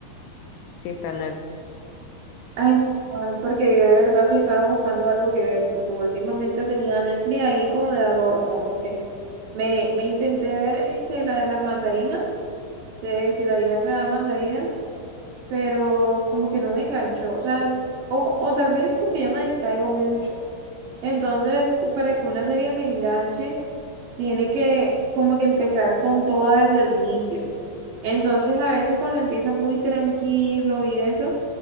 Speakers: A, on the left; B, on the right.
A: si está en el-
B: Ay, no, porque yo de verdad sí estaba buscando algo que ver, porque últimamente tenía Netflix ahí como de adorno, porque me, me intenté ver este, la de las mandarinas, de si la vida te da mandarinas, pero como que no me enganchó, o sea, o, o tal vez es porque yo me distraigo mucho. Entonces, para que una serie me enganche, tiene que como que empezar con toda desde el inicio. Entonces, a veces cuando empieza muy tranquilo y eso